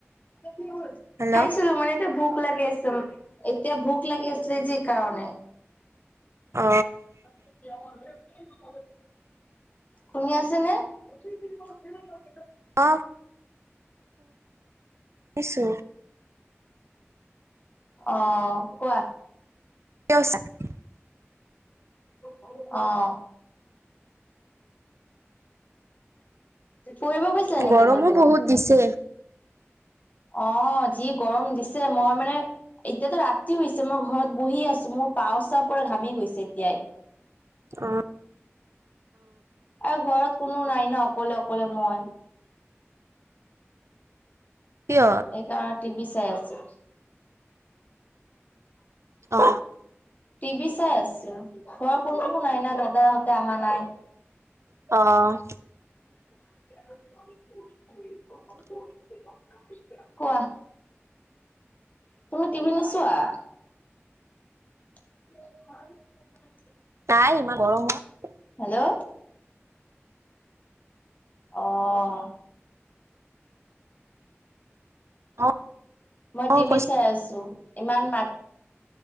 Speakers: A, on the left (about 35°); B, on the right (about 70°).
A: কি হ'ল?
B: হেল্ল'
A: খাইছিলো মানে এতিয়া ভোক লাগেছ। তম এতিয়া ভোক লাগি আছিলে যে সেকাৰণে।
B: অ।
A: <unintelligible> তুমি আছেনে? <unintelligible>
B: অফ। কিছু
A: অ কোৱা
B: <unintelligible>
A: <unintelligible> অ <unintelligible> ফুৰিব গৈছিলা নেকি
B: গৰমো
A: কতো?
B: বহুত দিছে।
A: অ যি গৰম দিছে মই মানে এতিয়াতো ৰাতি হৈছে মই ঘৰত বহি আছো মোৰ পাও চাও পুৰা ঘামি গৈছে এতিয়াই।
B: অ।
A: আও ঘৰত কোনো নাই ন অকলে অকলে মই।
B: কিয়?
A: এইকাৰ টিভি চাই আছো।
B: অ।
A: টিভি চাই আছো ঘৰ কোনো নাই না দাদাহতে অহা নাই।
B: অ',
A: <unintelligible> <unintelligible> কোৱা? তুমি টিবি নোচোৱা? <unintelligible>
B: তাই ইমান গৰমত
A: হেল্ল' অ',
B: অ',
A: মই
B: অ',
A: টিভি
B: কৈছে
A: চাই আছো ইমান মাত